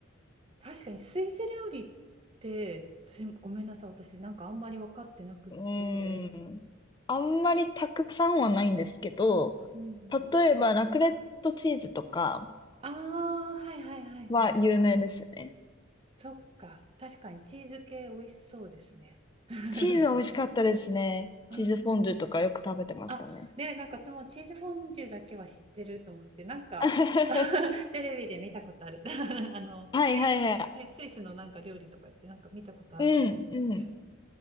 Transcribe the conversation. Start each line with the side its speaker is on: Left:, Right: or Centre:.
Right: 確かにスイス料理ってすいごめんなさい、私なんかあんまり分かってなくて。
Left: うーん。あんまりたくさんはないんですけど、
Right: うん。
Left: 例えばラクレットチーズとか
Right: ああ、はいはいはいはいはい。
Left: は有名ですよね。
Right: そっか、確かにチーズ系美味しそうですね。<laughs>
Left: チーズは美味しかったですね。
Right: あー
Left: チーズフォンデュとかよく食べてましたね。
Right: あ、ねえ、なんか私もチーズフォンデュだけは知ってると思って、なんか
Left: <laughs>
Right: <laughs>
Left: は
Right: テレビで見たことある。<laughs> あの、
Left: いはいは
Right: スイ、ねスイスのなんか料理とかってなんか見たことあるかもと思って。
Left: い。うんうん。